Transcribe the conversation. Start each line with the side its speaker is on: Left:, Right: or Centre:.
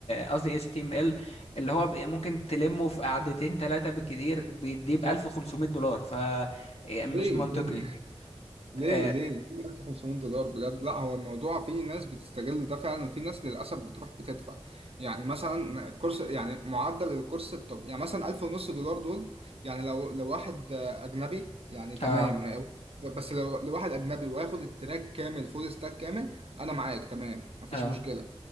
Left: قصدي اتش تي ام ال اللي هو بي- ممكن تلمه في قعدتين ثلاثة بالكتير بيديه
Right: بالظبط
Left: ب 1500 دولار فمش
Right: ليه
Left: منطقي
Right: ليه ليه
Left: اه
Right: ليه ليه 1500 دولار بجد لا هو الموضوع فيه ناس بتستغل ده فعلا وفي ناس للاسف بتروح بتدفع يعني مثلا كورس يعني معدل الكورس الطب يعني مثلا 1000 ونص دولار دول يعني لو لو واحد آه، اجنبي يعني تمام
Left: اه
Right: ما- بس لو لو واحد اجنبي وياخد التراك كامل فول ستاك كامل انا معاك تمام مفيش
Left: آه.
Right: مشكله